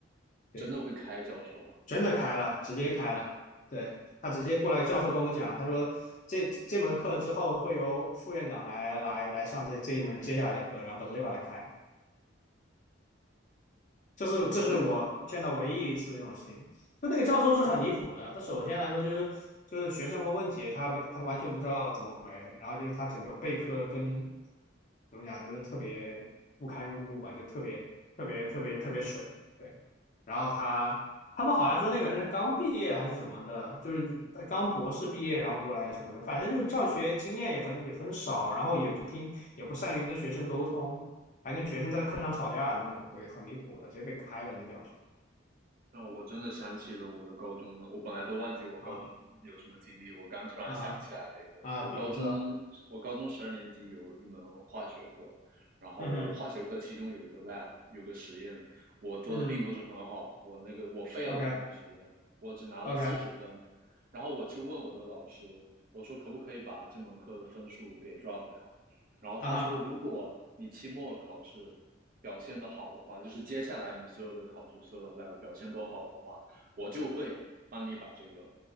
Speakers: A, on the left; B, on the right.
A: 对，
B: 真的会开教授啊！
A: 真的开了，直接开了。对，他直接过来，教授跟我们讲，他说这这门课之后会由副院长来来来上这这一门接下来的课，然后把直接把它开了。这是这是我见到唯一一次这种事情。
B: 我也
A: 就那个教授是很离谱的，他首先来说就是就是学生问问题，他没他完全不知道怎么回，然后就是他整个备课跟怎么讲，就是特别不堪入目吧，就特别特别特别特别水。对，然后他他们好像说那个人是刚毕业还是什么的，就是他刚博士毕业然后过来什么的，反正就是教学经验也很也很少，然后也不听也不善于跟学生沟通。还跟学生在课上吵架的那种，对，很离谱的，直接被开了那教室
B: 让我真的想起了我的高中了。我本来都忘记我高中有什么经历，
A: 啊
B: 我刚突然想起来了一个。
A: 啊哈啊，
B: 我高中，
A: 比如说，
B: 我高中十二年级有一门化学课，然后化学课其中有一个
A: 嗯哼
B: lab，有个实验，我做的并不是很好，
A: 嗯
B: 我那个我 fail
A: ，OK
B: 了那个实验，我只拿了四十分。
A: OK
B: 然后我去问我的老师，我说可不可以把这门课的分数给 drop 掉？然后他说，
A: 啊哈
B: 如果你期末考试表现的好的话，就是接下来你所有的考试、所有的 lab 表现都好的话，我就会帮你把这个